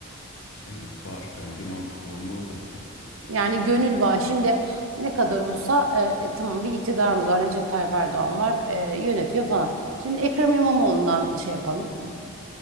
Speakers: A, on the left; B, on the right.
A: Evet var. Bence mantıklı olan da o zaten.
B: Yani gönül bağı şimdi ne kadar olsa e, tamam bir iktidarımız var Recep Tayyip Erdoğan var e, yönetiyor falan. Şimdi Ekrem İmamoğlu'ndan şey yapalım.